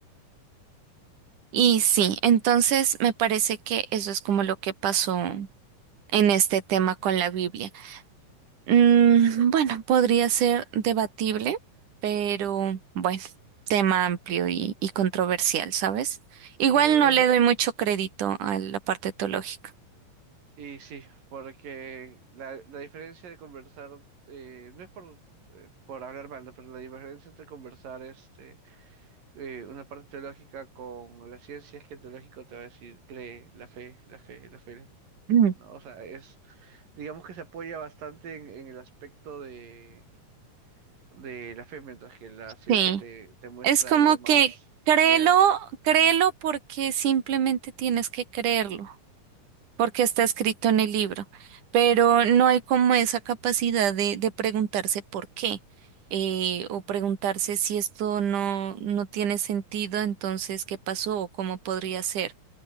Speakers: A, on the right; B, on the right.
A: Y sí, entonces me parece que eso es como lo que pasó en este tema con la Biblia. Mm, bueno, podría ser debatible, pero bueno, tema amplio y, y controversial, ¿sabes? Igual
B: Que la verdad
A: no le
B: no,
A: doy mucho crédito a la parte teológica.
B: y sí, porque la, la diferencia de conversar, eh, no es por, eh, por hablar mal, ¿no? pero la diferencia entre conversar este, eh, una parte teológica con la ciencia es que el teológico te va a decir, cree, la fe, la fe, la fe.
A: Mm.
B: No, o sea, es, digamos que se apoya bastante en, en el aspecto de de la fe, mientras que la ciencia
A: Sí,
B: te, te muestra
A: es como
B: algo más
A: que créelo,
B: real.
A: créelo porque simplemente tienes que creerlo. porque está escrito en el libro, pero no hay como esa capacidad de, de preguntarse por qué eh, o preguntarse si esto no, no tiene sentido, entonces qué pasó o cómo podría ser.